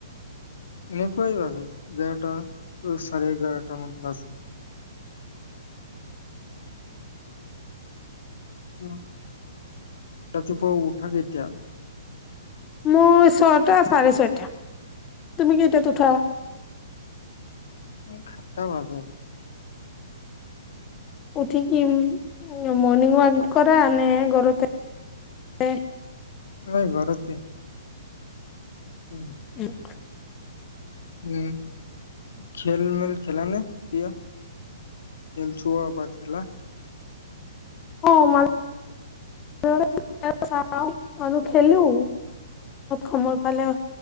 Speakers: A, on the left (about 65°); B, on the left (about 15°).
A: নি <inaudible> <inaudible> চাৰে এঘাৰটা মান বাজে। ম <inaudible> ৰাতিপুৱা উঠা কেতিয়া?
B: মোৰ ছয়টা, চাৰে ছয়টা। তুমি কেইটা উঠা?
A: মই সাতটা বাজে।
B: উঠি কি মৰ্নিং ৱাক কৰা? নে ঘৰতেই
A: নাই ঘৰতে। আত্ছা।
B: উম!
A: নাই খেল-নেল খেলা নে? এতিয়া খেল চোৱা বা খেলা?
B: অ! মানে আৰু খেলো, সময় পালে